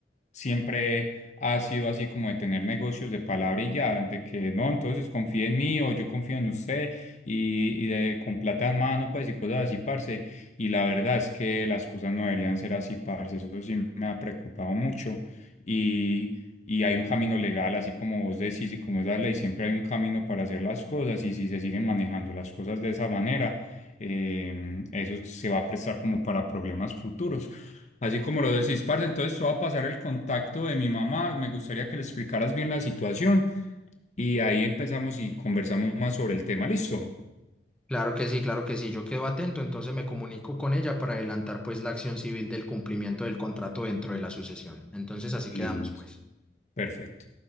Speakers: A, on the left (about 45°); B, in the centre.
A: siempre ha sido así como de tener negocios de palabra y ya, de que no, entonces confíe en mí o yo confío en usted y, y de, con plata en mano, pues y cosas así, parce. Y la verdad es que las cosas no deberían ser así, parce. Eso sí me ha preocupado mucho. Y, y hay un camino legal, así como vos decís y como es la ley, siempre hay un camino para hacer las cosas. Y si se siguen manejando las cosas de esa manera, eh, eso se va a prestar como para problemas futuros. Así como lo decís, parce, entonces te voy a pasar el contacto de mi mamá. Me gustaría que le explicaras bien la situación. Y ahí empezamos y conversamos más sobre el tema. ¿Listo?
B: Claro que sí, claro que sí. Yo quedo atento, entonces me comunico con ella para adelantar pues la acción civil del cumplimiento del contrato dentro de la sucesión. Entonces así
A: Listo.
B: quedamos pues.
A: Perfecto.